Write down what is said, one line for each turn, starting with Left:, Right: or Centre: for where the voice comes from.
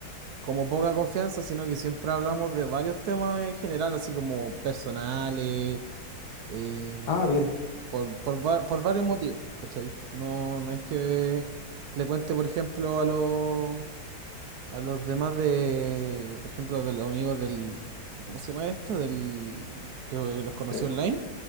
Right: como poca confianza, sino que siempre hablamos de varios temas en general, así como personales, eh,
Left: Ah, bien.
Right: por, por, va- por varios motivos, ¿cachai? No, no es que le cuente, por ejemplo, a los, a los demás de, por ejemplo, de los amigos del, ¿cómo se llama esto? Del que los conocí
Left: Sí.
Right: online.